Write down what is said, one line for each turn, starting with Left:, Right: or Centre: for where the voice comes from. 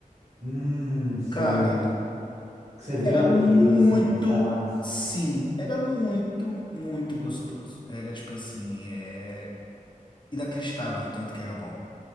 Right: Hum, sei.
Left: Cara,
Right: Você vê
Left: era
Right: o
Left: muito,
Right: queijo assim dentro da massa.
Left: sim, era muito, muito gostoso. Era tipo assim, é inacreditável o tanto que era bom.